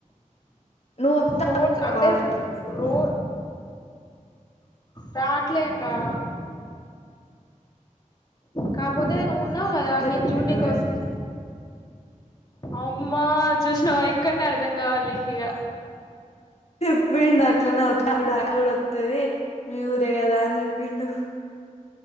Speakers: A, on the left (about 50°); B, on the left (about 30°).
A: నువ్వు వస్తావా
B: ఫోన్స్ అంటే
A: కాలేజ్కి
B: రో రాట్లేం రా కాపోతే నువ్వున్నావు కదా
A: చెప్పిండు
B: నేను జూన్కి
A: ఆయన
B: వస్తే అమ్మా చూసినవ ఇక్కనే అర్ధం కావాలి నీకు ఇగ
A: చెప్పిండు అట్లనే వత్ అక్క కూడా వత్తది మీ ఊరే కదా అని చెప్పిండు